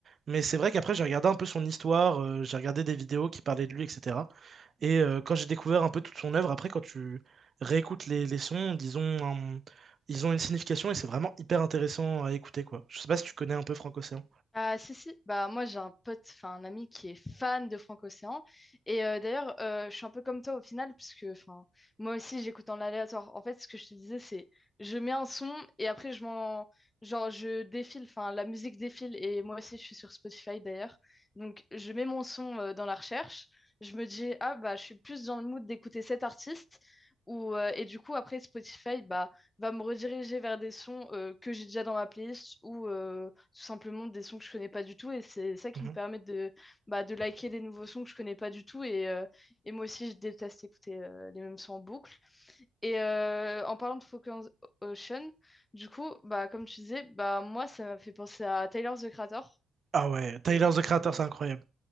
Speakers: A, on the right (about 45°); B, on the left (about 20°).
A: Mais c'est vrai qu'après, j'ai regardé un peu son histoire, euh, j'ai regardé des vidéos qui parlaient de lui, etc. Et euh, quand j'ai découvert un peu toute son œuvre, après, quand tu réécoutes les, les sons, ils ont, un- ils ont une signification et c'est vraiment hyper intéressant à écouter, quoi. Je sais pas si tu connais un peu Frank-Océan.
B: Ah, si, si, bah, moi j'ai un pote, enfin un ami qui est fan de Franco-Océan. Et euh, d'ailleurs, euh, je suis un peu comme toi au final, puisque enfin, moi aussi j'écoute en aléatoire. En fait, ce que je te disais, c'est je mets un son et après je m'en. Genre, je défile, enfin la musique défile et moi aussi je suis sur Spotify d'ailleurs. Donc, je mets mon son euh, dans la recherche. Je me dis, ah bah, je suis plus dans le mood d'écouter cet artiste. Ou, euh, et du coup, après Spotify, bah va me rediriger vers des sons euh, que j'ai déjà dans ma playlist ou euh, tout simplement des sons que je connais pas du tout. Et c'est ça qui
A: Mhm.
B: me permet de, bah, de liker des nouveaux sons que je connais pas du tout. Et, euh, et moi aussi, je déteste écouter euh, les mêmes sons en boucle. Et euh, en parlant de Focus Ocean, du coup, bah, comme tu disais, bah, moi, ça m'a fait penser à Tyler, The Creator.
A: Ah ouais, Tyler,
B: Donc,
A: the Creator,
B: donc
A: c'est incroyable.